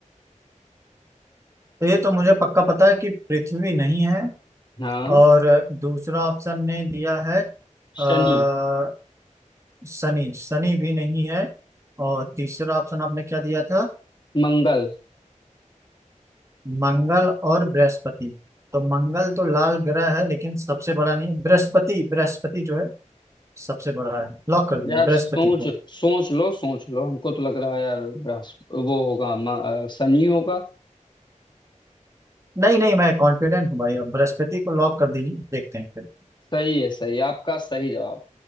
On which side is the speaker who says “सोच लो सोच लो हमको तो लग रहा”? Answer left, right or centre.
Left